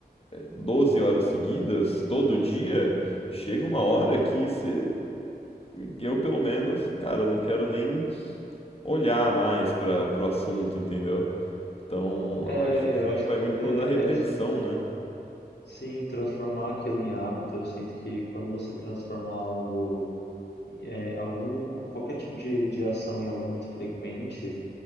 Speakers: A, on the left; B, on the left.
A: 12 horas seguidas, todo dia, chega uma
B: Uhum.
A: hora que você. Eu, pelo menos, cara, não quero nem olhar mais para pro assunto, entendeu? Então,
B: É,
A: eu acho que
B: eu acho
A: vai
B: que
A: muito
B: é,
A: por conta da repetição,
B: é,
A: né?
B: Sim, transformar aquilo em hábito, eu sinto que quando você transforma algo, é, algum, qualquer tipo de, de ação em algo muito frequente,